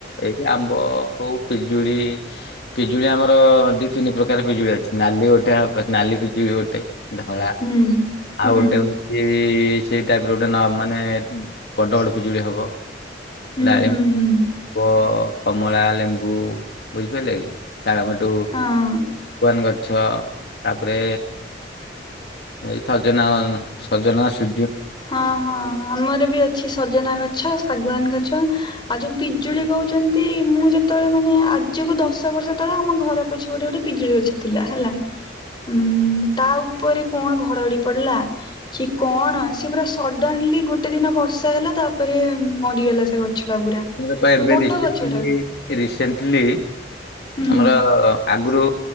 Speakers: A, on the left; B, on the left.
A: ଏଇ ଆମ୍ବ ହଉ ପିଜୁଳି ପିଜୁଳି ଆମର ଦି ତିନି ପ୍ରକାର ପିଜୁଳି ଅଛି ନାଲି ଗୋ ନାଲି ପିଜୁଳି ଗୋଟେ ନ ଧଳା
B: ହୁଁ ହୁଁ
A: ଆଉ ଗୋଟେ ହଉଚି ସେଇ ଟାଇପ୍ ର ଗୋଟେ ନ ମାନେ ବଡ଼ ବଡ଼ ପିଜୁଳି ହବ।
B: ହୁଁ
A: ଡାଳିମ୍ବ
B: ହୁଁ ହୁଁ
A: କମଳା ଲେମ୍ବୁ ବୁଝିପାରିଲେ କି। ସାମଟୁ
B: ହଁ
A: ଉଆନ୍ ଗଛ ଛ ତାପରେ ଏ ସଜନା ସଜନା ସୁ
B: ହଁ ହଁ ଆମର ବି ଅଛି ସଜନା ଗଛ ଶାଗୁଆାନ ଗ ଛ ଆଉ ଯୋଉ ପିଜୁଳି କହୁଛନ୍ତି ମୁଁ ଯେତେବେଳେ ମାନେ ଆଜିକୁ ଦଶ ବର୍ଷ ତଳେ ଆମ ଘର ପଛପଟେ ଗୋଟେ ପିଜୁଳି ଗଛ ଥିଲା ହେଲା। ଉଁ ତାଉ ଉପରେ କଣ ଘଡ଼ଘଡ଼ି ପଡ଼ିଲା କି କଣ ସେ ସେ ପୁରା ସଡ଼ନଲି ଗୋଟେ ଦିନ ବର୍ଷା ହେଲା ତାପରେ ମରିଗଲା ସେ ଗଛ ଟା ପୁରା।
A: ମୋର ପା ଏବେ
B: ବଡ
A: ରିସେଣ୍ଟଲି
B: ଗଛଟା
A: ରିସେଣ୍ଟଲି
B: ହୁଁ।
A: ଆମର ଆ ଆଗରୁ